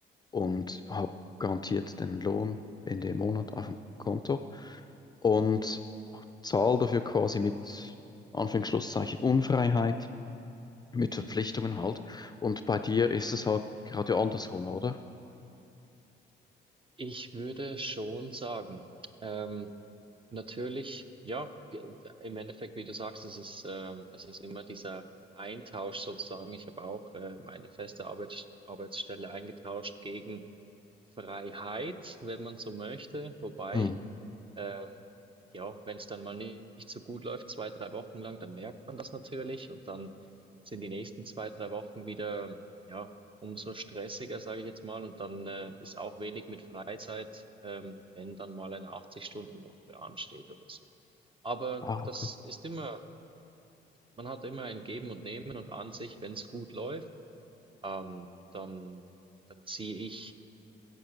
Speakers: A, on the left; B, on the right.
A: und habe garantiert den Lohn Ende Monat auf dem Konto und zahle dafür quasi mit Anführungsschlusszeichen Unfreiheit, mit Verpflichtungen
B: Mhm.
A: halt. Und bei dir ist es halt gerade andersrum, oder?
B: Ich würde schon sagen, ähm, Natürlich, ja, wie- im Endeffekt, wie du sagst, es ist, ähm, es ist immer dieser Eintausch sozusagen. Ich habe auch äh, meine feste Arbeits Arbeitsstelle eingetauscht gegen Freiheit, wenn man so möchte. Wobei
A: Hm.
B: ähm, ja, wenn es dann mal nicht so gut läuft, zwei, drei Wochen lang, dann merkt man das natürlich und dann sind die nächsten zwei, drei Wochen wieder, ja, umso stressiger, sage ich jetzt mal. Und dann äh, ist auch wenig mit Freizeit, ähm, wenn dann mal eine 80-Stunden-Woche ansteht oder so. Aber
A: Ah,
B: das
A: okay.
B: ist immer, man hat immer ein Geben und Nehmen und an sich, wenn es gut läuft, ähm, dann, dann ziehe ich